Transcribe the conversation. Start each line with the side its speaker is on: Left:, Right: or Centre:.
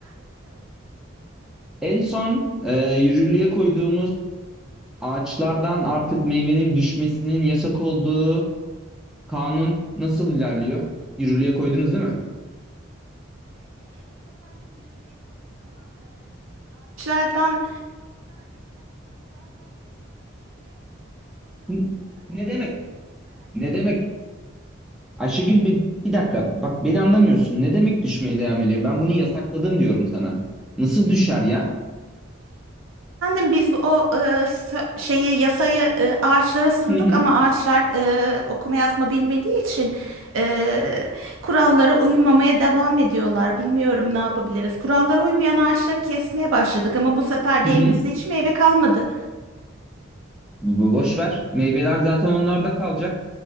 Centre: En son e, yürürlüğe koyduğumuz ağaçlardan artık meyvenin düşmesinin yasak olduğu kanun nasıl ilerliyor? Yürürlüğe koydunuz değil mi?
Right: hazırım.
Centre: Hı, Ne demek? Ne demek? Ayşegül bir, bir dakika bak beni anlamıyorsun. Ne demek düşmeye devam ediyor? Ben bunu yasakladım diyorum sana. Nasıl düşer ya?
Right: Biz o e, sa- şeyi yasayı e, ağaçlara sunduk
Centre: Hı hı
Right: ama ağaçlar e, okuma yazma bilmediği için e, kurallara uymamaya devam ediyorlar. Bilmiyorum ne yapabiliriz. Kurallara uymayan ağaçları kesmeye başladık ama bu sefer de
Centre: hı hı.
Right: elimizde hiç meyve kalmadı.
Centre: Bo- Boş ver. Meyveler zaten onlarda kalacak.